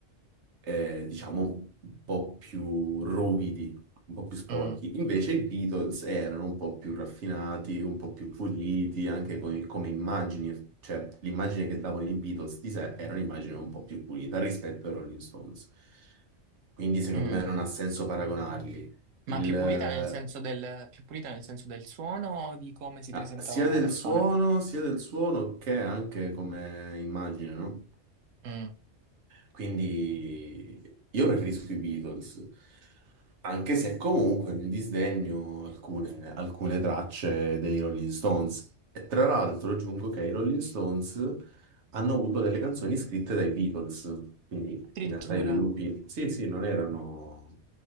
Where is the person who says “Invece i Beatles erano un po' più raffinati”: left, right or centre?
Right